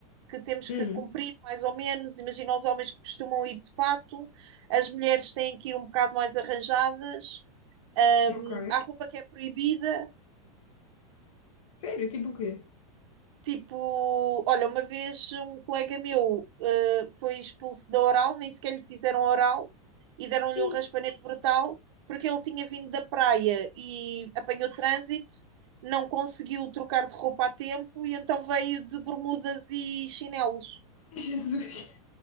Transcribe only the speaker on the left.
Hum,
ok.
Sério, tipo o quê?
Ih,
ai, <laughs> Jesus.